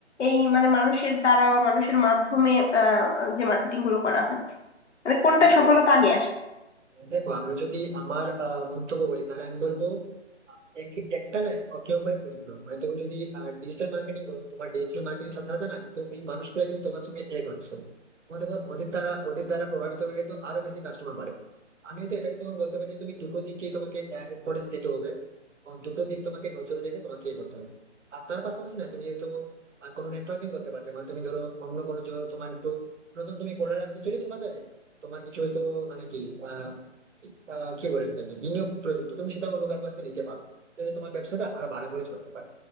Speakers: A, on the left; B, on the right.
A: এই মানে মানুষের দ্বারা বা মানুষের মাধ্যমে আহ যে মার্কেটিং গুলো করা হয় মানে কোনটায়
B: দেখো
A: সফলতা আগে আসে
B: দেখো আমি যদি আমার আহ, মন্তব্য বলি তাহলে আমি বলবো আহ, এক- একটা না একেবারে পরিপূরক মানে তুমি যদি ডিজিটাল মার্কেটিং করো তোমার ডিজিটাল মার্কেটিং সাথে সাথে না কিন্তু এই মানুষগুলো কিন্তু তোমার সঙ্গে এড হচ্ছে তোমার দেখো ওদের দ্বারা ওদের দ্বারা প্রভাবিত হয়ে কিন্তু আরো বেশি কাস্টমার বাড়ে আমি তো এটাকে তোমাকে বলতে পারি যে তুমি দুটো দিককেই তোমাকে ইম্পর্টেন্স দিতে হবে এবং দুটো দিক তোমাকে নজরে রেখে তোমাকে এ করতে হবে আর তার পাশাপাশি না তুমি হয়তো আহ, কোনো নেটওয়ার্কিং করতে পারতে মানে তুমি ধরো অন্য কোনো ধরো তোমার একটু নতুন তুমি প্রোডাক্ট আনতে চলেছো বাজারে তোমার কিছু হয়তো মানে কি আহ আহ, কি বলে সেটাকে বিনিয়োগ প্রয়োজন তো তুমি সেটা অন্য কারো কাছ থেকে নিতে পারো তাহলে তোমার ব্যবসাটা আরো ভালো করে চলতে পারে